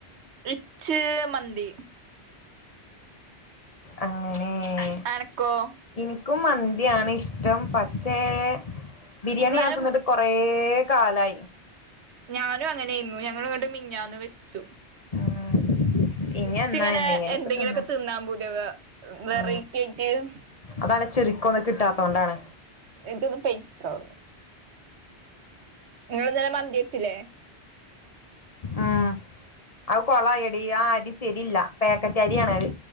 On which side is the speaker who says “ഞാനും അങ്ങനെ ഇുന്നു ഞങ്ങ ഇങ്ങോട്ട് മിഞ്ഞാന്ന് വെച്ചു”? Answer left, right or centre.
Right